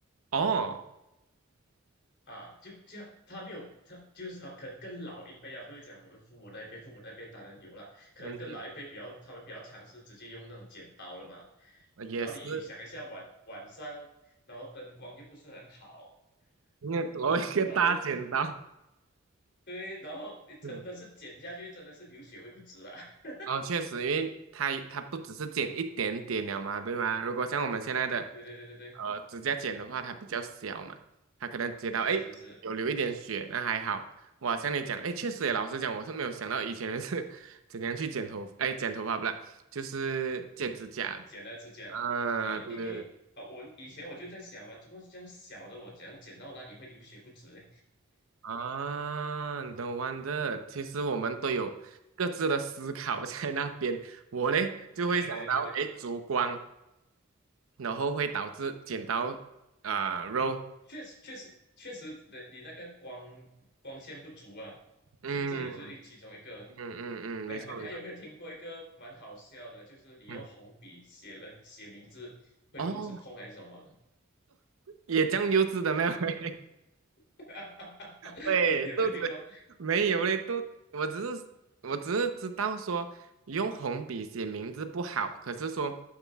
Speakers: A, on the right; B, on the left.
A: <laughs> 哦，
B: 啊，就这样，他没有他就是他可能更老一辈啊，不是讲我们父母那一辈，父母那边当然有了，可能更老一辈比较他们比较尝试直接用那种剪刀了嘛。
A: 嗯嗯，也是，
B: 然后你想一下晚晚上，然后灯光又不是很好，
A: 因为多一个大剪刀，
B: 然后对，然后你真的是剪下去真的是流血会不止啦。
A: <laughs> 嗯。
B: <laughs>
A: 哦，确实，因为它它不只是剪一点点了嘛，对吗？如果像我们现在的
B: 对对对对对，
A: 呃指甲剪的话，它比较小嘛，它可能剪到诶有流一点血，
B: 是是是。
A: 那还好。哇，像你讲，诶，确实也，老实讲，我是没有想到以前人是 <laughs> 怎样去剪头，诶，剪头发不啦，就是剪指甲的
B: 剪了指甲。
A: 啊，
B: 对，
A: 嗯对对对，
B: 因因为啊，我以前我就在想嘛，怎么这样小的我怎样剪到哪里会流血不止呢？
A: 啊，no wonder，其实我们都有各自的思考 <laughs> 在那边。我嘞就会想到，
B: 对对对对，对，
A: 诶，烛光。然后会导致剪刀啊、肉，
B: 确实确实确实的，你那个光光线不足啊，
A: 嗯
B: 去这也是一其中一个。
A: 嗯嗯嗯，
B: 哎呀，
A: 没错没错，
B: 你还有没有听过一个蛮好笑的？就是你用红笔写人写名字会肚子痛还是什么的？
A: 嗯，哦，也酱油脂的没有？<laughs>
B: <laughs>
A: 对，
B: 你你有没有听过？
A: 肚子没有嘞，肚，我只是我只是知道说用红笔写名字不好，可是说